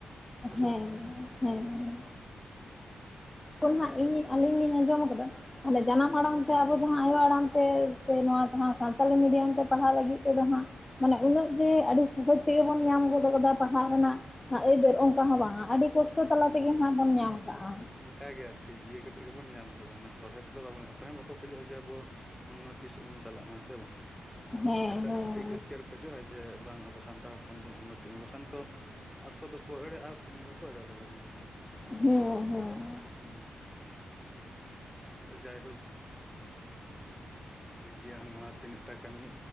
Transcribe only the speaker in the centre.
ᱦᱮᱸᱥᱮ
ᱦᱩᱸ
ᱚᱱᱠᱟ ᱜᱮ ᱟᱨᱠᱤ ᱤᱭᱟᱹ ᱠᱟᱛᱮᱜ ᱜᱮᱵᱚᱱ ᱧᱟᱢ ᱠᱟᱫᱟ, ᱚᱱᱟ ᱥᱚᱞᱦᱮ ᱛᱮᱫᱚ ᱵᱟᱵᱚᱱ ᱚᱠᱚᱭ ᱦᱚᱸ ᱵᱟᱠᱚ ᱠᱷᱚᱡᱚᱜ-ᱟ ᱡᱮ ᱟᱵᱚ ᱩᱱᱱᱚᱛᱤ ᱥᱮᱫ ᱵᱚᱱ ᱪᱟᱞᱟᱜ ᱢᱟ ᱦᱮᱸ ᱥᱮ ᱵᱟᱝ
ᱮᱴᱟᱜ
ᱪᱷᱟᱹᱛᱤᱠ ᱡᱟᱹᱛ ᱠᱤ ᱟᱨ ᱠᱷᱚᱡᱚᱜ-ᱟ ᱡᱮ ᱵᱟᱝ ᱟᱵᱚ ᱥᱟᱱᱛᱟᱲ ᱦᱚᱯᱚᱱ ᱵᱚᱱ ᱩᱱᱱᱚᱛᱤᱜ ᱢᱟ ᱵᱟᱠᱷᱟᱱ ᱛᱚ ᱟᱠᱚ ᱫᱚᱠᱚ ᱮᱲᱮᱜ-ᱟ᱾ ᱵᱟᱠᱚ ᱮᱲᱮ ᱫᱟᱲᱮᱭᱟ ᱵᱚᱱᱟ ᱥᱮ᱾
ᱦᱩᱸ-ᱩ ᱟᱫᱚ ᱡᱟᱭᱦᱳᱠᱼᱼ ᱫᱮᱠᱷᱤ ᱟᱨ ᱱᱚᱣᱟ ᱛᱤᱱᱟᱹᱜ ᱴᱟ ᱠᱟᱹᱢᱤ